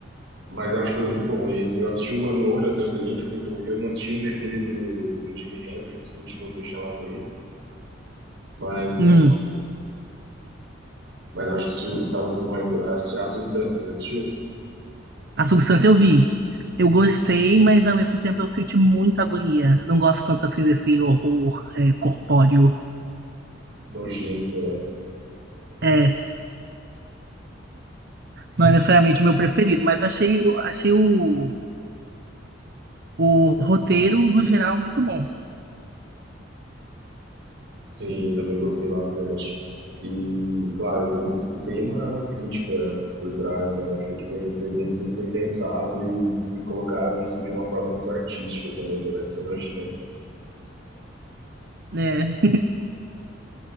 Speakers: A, on the right; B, on the right.
A: Mas eu acho que foi muito bom esse. Eu assisti o Anora também, que pintou o Rio. Eu não assisti ainda aquele do, do Jimi Hendrix, com o Timothée Chalamet, mas,
B: Hum,
A: mas acho que os filmes que estavam concorrendo. A, a Substância, você assistiu?
B: a substância eu vi. Eu gostei, mas ao mesmo tempo eu senti muita agonia. Não gosto tanto assim desse horror é, corpóreo.
A: nojenta né?
B: É, não é necessariamente o meu preferido, mas achei, achei o, o roteiro, no geral, é muito bom,
A: Sim, eu também gostei bastante. E, claro, tem, e tem uma, uma crítica por trás, né? Eu Achei que bem, foi bem, muito bem pensado e, e colocaram isso de uma forma muito artística também, apesar de ser nojento.
B: né?